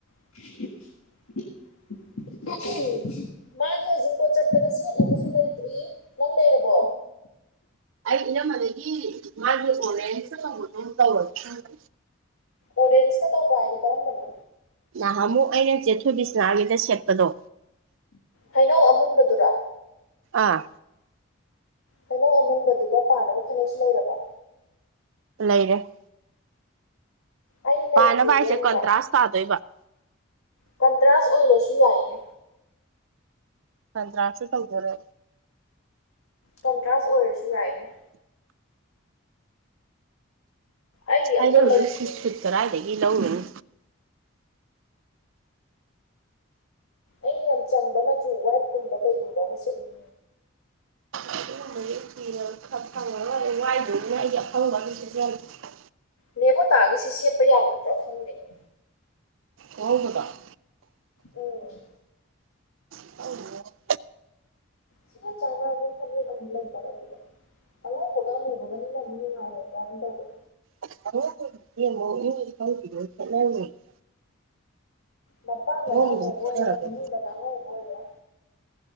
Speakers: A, on the left (about 85°); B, on the right (about 70°).
A: <unintelligible> ꯃꯥꯒꯤ ꯍꯧꯖꯤꯡꯀꯣꯠ ꯆꯠꯄꯗ ꯁꯦꯠꯂꯕꯁꯨ ꯂꯩꯇ꯭ꯔꯤ ꯅꯪ ꯂꯩꯔꯕꯣ
B: ꯑꯩ ꯏꯅꯃꯗꯒꯤ ꯃꯥꯒꯤ ꯑꯣꯔꯦꯟꯁꯇ ꯇꯧꯕꯗꯣ ꯇꯧꯔꯒꯦꯕ
A: ꯑꯣꯟꯁ ꯀ ꯇꯧꯕꯥꯏꯗꯤ ꯀꯔꯝꯝꯕꯅꯣ
B: ꯅꯍꯥꯃꯨꯛ ꯑꯩꯅ ꯆꯦꯊꯨꯕꯤꯁꯅꯥꯒꯤꯗ ꯁꯦꯠꯄꯗꯣ
A: ꯍꯩꯅꯧ ꯑꯃꯨꯟꯕꯗꯨꯔꯥ
B: ꯑꯥ
A: ꯍꯩꯅꯧ ꯑꯃꯨꯕꯗꯨꯒ ꯄꯥꯅꯕ ꯐꯅꯦꯛꯁꯨ ꯂꯩꯔꯕꯣ
B: ꯂꯩꯔꯦ
A: ꯑꯩ ꯂꯩꯇ꯭ꯔꯤꯅꯦ
B: ꯄꯅꯕ ꯍꯥꯏꯁꯦ
A: ꯑꯝꯇ
B: ꯀꯟꯇ꯭ꯔꯥꯁ ꯇꯥꯗꯣꯏꯕ
A: ꯄꯟꯇꯔꯥꯁ ꯑꯣꯏꯔꯁꯨ ꯌꯥꯏꯅꯦ
B: ꯀꯟꯗ꯭ꯔꯥꯁ ꯇꯧꯗꯔꯦ
A: ꯀꯟꯇ꯭ꯔꯥꯁ ꯑ‌ꯣꯏꯔꯁꯨ ꯌꯥꯏꯅꯦ ꯑꯩ ꯑꯝꯇ
B: ꯑꯩꯗꯤ ꯍꯧꯖꯤꯛ
A: ꯂꯩꯇ꯭ꯔꯤꯅꯦ
B: ꯁꯤꯠ ꯁꯨꯠ ꯀꯗꯥꯏꯗꯒꯤ ꯂꯧꯔꯨꯅꯤ
A: ꯑꯩ ꯌꯥꯝ ꯆꯪꯕ ꯃꯆꯨ ꯋꯥꯏꯐꯀꯨꯝꯕ ꯀꯩꯒꯨꯝꯕ ꯑꯃ ꯁꯦꯠꯅꯤꯡ
B: ꯑꯗꯨꯒꯨꯝꯕꯒꯤ <unintelligible>
A: ꯅꯦꯕꯣꯇꯥꯒꯤꯁꯤ ꯁꯦꯠꯄ ꯌꯥꯒꯗ꯭ꯔꯣ ꯈꯪꯗꯦꯅꯦ
B: ꯑꯉꯧꯕꯗ‌ꯣ
A: ꯎꯝ
B: <unintelligible>
A: <unintelligible> ꯑꯉꯧꯕꯒꯉꯨꯕꯒꯅꯤꯅ ꯑꯃꯛ ꯅꯨꯡꯉꯥꯏꯔꯕ꯭ꯔꯥ ꯑꯗꯨꯝ ꯇꯧꯕ
B: <unintelligible>
A: ꯃꯄꯥꯟꯗꯅ
B: ꯑꯉꯧꯕꯗꯨ
A: ꯑꯃꯨꯕ
B: ꯈꯦꯠꯅꯔꯒ
A: ꯑꯣꯏꯔꯦ ꯃꯅꯨꯡꯗꯅ ꯑꯉꯧꯕ ꯑ‌ꯣꯏꯔ